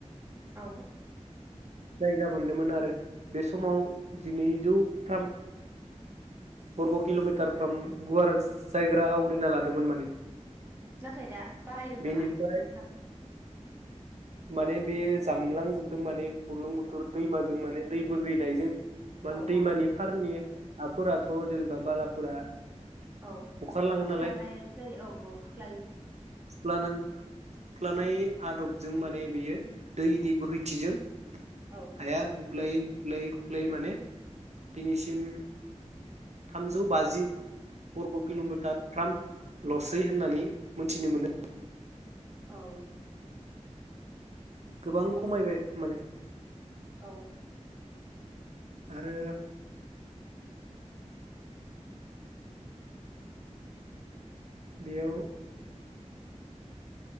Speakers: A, on the right; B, on the right.
A: औ।
B: जायगा मोनदोंमोन आरो बे समाव जिनैजौ थाम बर्ग किल' मिटार फ्राम गुवार जायग्रा आवग्रिना लादोंमोन माने।
A: नाथाय दा बारायदों
B: बेनिफ्राय
A: नामा नोंथां?
B: माने बेयो जामलांजोबदों माने बुलुं बुथुर दैमाजों माने दै बोहैनायजों मान
A: औ
B: दैमानि
A: औ
B: फारनि हाफोराथ जेनेबा बालाफोरा
A: औ
B: बुखारलाङो
A: खुख्लानाय
B: नालाय
A: जायो औ औ खुख्लायो।
B: खुख्लानाय खुख्लानाय आदबजों माने बेयो दैनि बोहैथिजों
A: औ
B: हाया गुग्लाय खुख्लायै खुुब्लायै माने दिनैसिम थामजौ बाजि बरग' किल' मिटारफ्रामलसै होननानै मिथिनो मोनो।
A: औ।
B: गोबां खमायबाय माने।
A: औ।
B: आरो - बेयाव